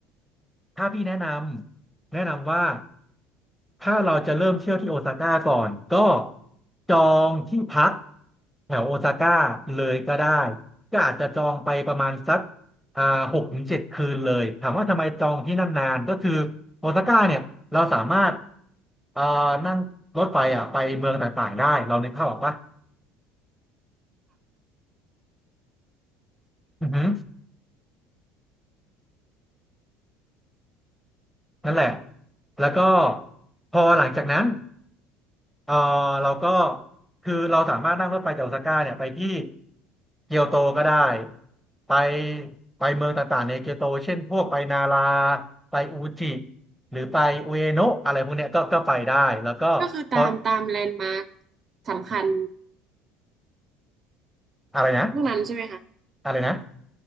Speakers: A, in the centre; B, on the right (about 35°).
A: ถ้าพี่แนะนำแนะนำว่าถ้าเราจะเริ่มเที่ยวที่โอซาก้าก่อนก็จองที่พักแถวโอซาก้าเลยก็ได้ก็อาจจะจองไปประมาณสักอ่าหกถึงเจ็ดคืนเลยถามว่าทำไมจองที่นั่นนานก็คือโอซาก้าเนี่ยเราสามารถอ่านั่งรถไฟอ่ะไปเมืองต่างๆได้เราในกภาพออกปะอือฮึนั่นแหละแล้วก็พอหลังจากนั้น เออเราก็คือเราสามารถนั่งรถไฟจากโอซาก้าเนี่ยไปที่เกียวโตก็ได้ไปไปเมืองต่างๆในเกียวโตเช่นพวกไปนาราไปอูจิหรือไปอุเอโนะอะไรพวกเนี้ยก็ก็ไปได้แล้วก็พอ
B: ก็คือตามตามแลนด์มาร์คสำคัญ
A: อะไรนะ
B: พวกนั้นใช่ไหมคะ
A: อะไรนะ